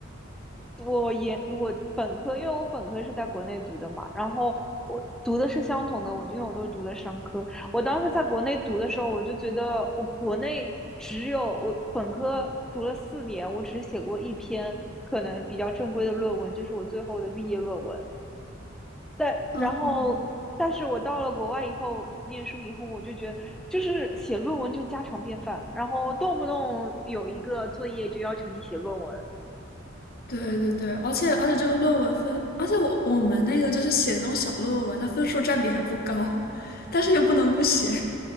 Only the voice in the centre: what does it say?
我研我本科，因为我本科是在国内读的嘛，然后我读的是相同的，我因为我都是读的商科。我当时在国内读的时候，我就觉得我国内只有我本科读了四年，我只写过一篇可能比较正规的论文，就是我最后的毕业论文。但然后，
但是我到了国外以后，念书以后，我就觉得就是写论文就家常便饭，然后动不动有一个作业就要求你写论文。